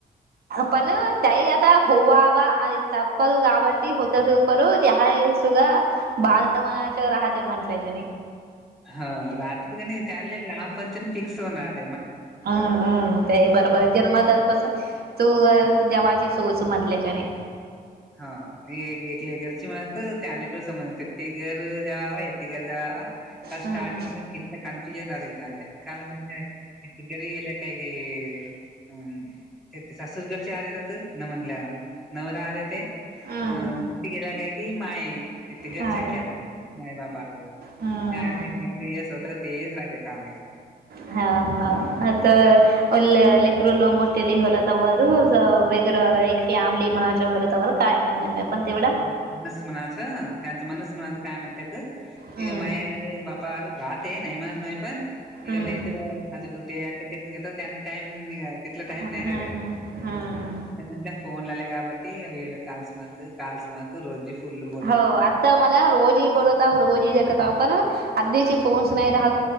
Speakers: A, on the right (about 65°); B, in the centre.
A: पण त्याही आता होवावा आणि तपत काबटी होत तूपर त्याहासग बा मना राहते म्हंटल्याच्याने
B: हो रात्री काणी त्याले लांब पंचन फिक्स होऊन राहत
A: हम्म हम् तेई बर बर जन मात स तू
B: हो
A: जेवाची सोच मधल्याच्याने
B: ह एक घरची म्हणत त्यां आणल्याकडे स म्हज ती घर दवावा य ती घर दवावा ब
A: हम्म
B: स्टार्टिंग प क कनफ्युजन राह त्या का म्हण खिदारी येले काग अ सासूसगडच्या आधेतात न म्हणल्या नवरा आ ते अ
A: हम्म
B: क्टी गेला काय कि माय त घरच्याक्या
A: हा
B: माय बापावर त्या
A: हम्म
B: एक वन टू इयर्स होत तेज राहते काम या
A: हा हा आता ल् लेकर्र ल मोटेली हलातवर वेैर एक फॅमिली मनाजलातवर काय नाही म्हणूया पण तेवढं
B: मनुस म्हनाचं त्याच मनूस म्हनाचं काय म्हणतय का
A: हम्म
B: माय बापार रात नैमन नैफन इ
A: हम्म
B: गल इतर अजून ते अक देून घेत त्याने टाइम तिला टाइम
A: हम्म
B: नाही रव
A: हम्म
B: म्हला फोन ल का बाटी व्हडिओ कालस माात का म त रो फुल ब
A: हो आता मला रोजही बोलत रोजी जगत आपण अधीची फोन नाही रा